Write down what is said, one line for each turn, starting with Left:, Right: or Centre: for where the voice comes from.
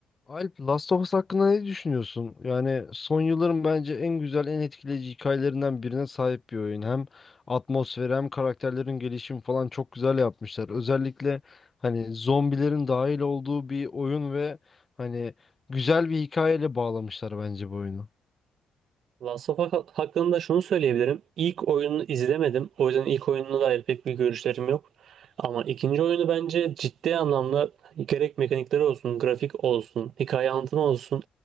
Left: Alp, Last of Us hakkında ne düşünüyorsun? Yani son yılların bence en güzel, en etkileyici hikayelerinden birine sahip bir oyun. Hem atmosferi hem karakterlerin gelişimi falan çok güzel yapmışlar. Özellikle hani zombilerin dahil olduğu bir oyun ve hani güzel bir hikayeyle bağlamışlar bence bu oyunu.
Right: Last of Us hakkında şunu söyleyebilirim. İlk oyununu izlemedim. O yüzden ilk oyununa dair pek bir görüşlerim yok. Ama ikinci oyunu bence ciddi anlamda gerek mekanikleri olsun, grafik olsun, hikaye anlatımı olsun